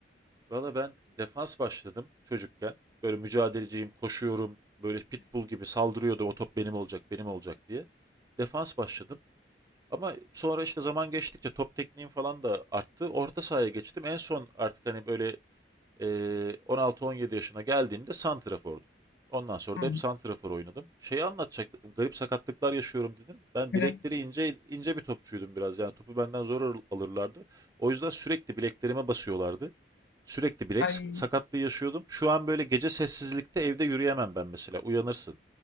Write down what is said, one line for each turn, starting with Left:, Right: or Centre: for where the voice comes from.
Right: Valla ben defans başladım çocukken. Böyle mücadeleciyim, koşuyorum. Böyle pitbull gibi saldırıyordum. O top benim olacak, benim olacak diye. Defans başladım. Ama sonra işte zaman geçtikçe top tekniğim falan da arttı. Orta sahaya geçtim. En son artık hani böyle Ee, 16-17 yaşına geldiğimde santrafordum. Ondan sonra
Left: Hmm.
Right: da hep santrafor oynadım. Şeyi anlatacaktım. Garip sakatlıklar yaşıyorum dedin. Ben
Left: Evet.
Right: bilekleri ince ince bir topçuydum biraz. Yani topu benden zor alırlardı. O yüzden sürekli bileklerime basıyorlardı. Sürekli bilek
Left: Ay
Right: sakatlığı yaşıyordum. Şu an böyle gece sessizlikte evde yürüyemem ben mesela. Uyanırsın.